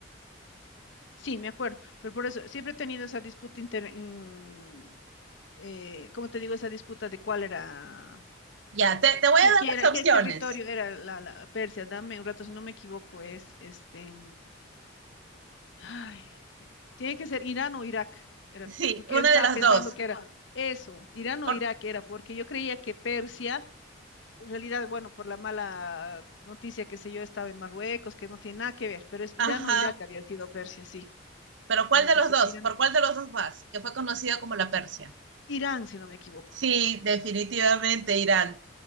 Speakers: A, on the left (about 65°); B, on the right (about 65°).
A: Sí, me acuerdo, pero por eso siempre he tenido esa disputa inter, mm, eh, ¿cómo te digo? Esa disputa de cuál era,
B: Ya, te, te voy
A: qué,
B: a dar
A: qué era,
B: las
A: qué
B: opciones.
A: territorio era la, la Persia. Dame un rato, si no me equivoco, es este. Ay, tiene que ser Irán o Irak, era,
B: Sí,
A: porque
B: una
A: yo estaba
B: de las
A: pensando
B: dos.
A: que era eso, Irán o
B: Por,
A: Irak era, porque yo creía que Persia, en realidad, bueno, por la mala noticia que sé yo, estaba en Marruecos, que no tiene nada que ver, pero es Irán
B: ajá,
A: o Irak había sido Persia, sí,
B: pero ¿cuál
A: no me
B: de
A: acuerdo
B: los
A: si
B: dos?
A: es Irán
B: ¿Por
A: o
B: cuál de los dos vas? Que fue conocido como la Persia.
A: Irán, si no me equivoco.
B: Sí, definitivamente, Irán.